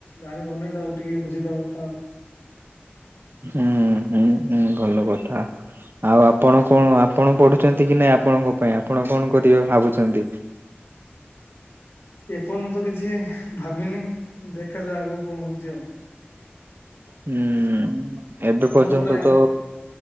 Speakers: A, on the left; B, on the right.
A: ଜାଣିପାରୁନି, ଟ ଆଉ ଟିକେ ବୁଝେଇଦବା ଥା।
B: ହୁଁ, ହୁଁ, ହୁଁ ଭଲ କଥା। ଆଉ, ଆପଣ କଣ ଆପଣ ପଢ଼ୁଛନ୍ତି କି ନାଇଁ ଆପଣଙ୍କ ପାଇଁ? ଆପଣ କଣ କରିବେ ଭାବୁଛନ୍ତି?
A: ଏପନ୍ତ କିଛି ଭାବିନି? ଦେଖାଯାଉ, ଆଗକୁ କଣ ହଉଛି ଆଉ?
B: ହୁଁ ଏବେ ପର୍ଯ୍ୟନ୍ତ
A: ତମର ପରା ଏମ୍
B: ତ